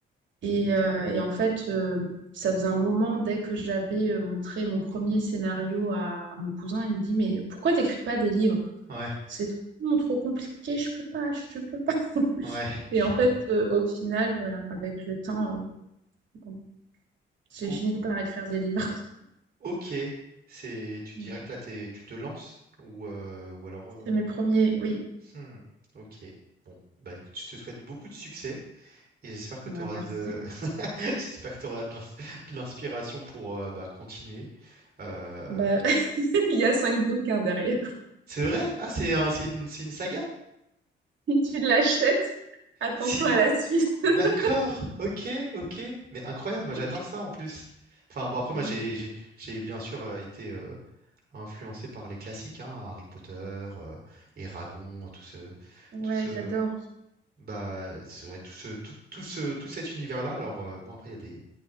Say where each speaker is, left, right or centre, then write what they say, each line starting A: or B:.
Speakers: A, on the right; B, on the right.
A: Et, euh, et en fait, euh, ça faisait un moment, dès que j'avais euh, montré mon premier scénario à, à mon cousin, il me dit, Mais pourquoi t'écris pas des livres?
B: ouais,
A: C'est trop, trop compliqué, je peux pas, je peux pas. <laughs>
B: ouais, je
A: Et en
B: vois.
A: fait, euh, au final, voilà, avec le temps, euh, bon, j'ai
B: O
A: fini par écrire des livres.
B: OK, c'est tu
A: <laughs>
B: dirais que là, t'es tu te lances ou heu, ou alors, euh,
A: C'est mes premiers, oui.
B: Mmh. OK. Bon, bah, écoute, je te souhaite beaucoup de succès et j'espère que
A: Bah,
B: tu auras
A: merci.
B: de <laughs> j'espère que tu auras de l'ins de l'inspiration pour, heu, bah, continuer. Heu,
A: Bah, <laughs> il y a cinq bouquins derrière.
B: c'est vrai? Ah, c'est un c'est une c'est une saga?
A: Si tu l'achètes, attends-toi
B: Si.
A: à la suite.
B: D'accord.
A: <laughs>
B: OK, OK. Mais incroyable, moi j'adore
A: Oui,
B: ça en plus. Enfin, bon, après
A: j'ai-
B: moi j'ai j'ai j'ai bien sûr, heu, été, heu, influencé par les classiques, hein, Harry Potter, euh, et Eragon, tout ce
A: Ouais,
B: tout ce
A: j'adore.
B: Bah, c'est- ouais, tout ce, tout, tout ce, tout cet univers-là. Alors, euh, bon, après, il y a des,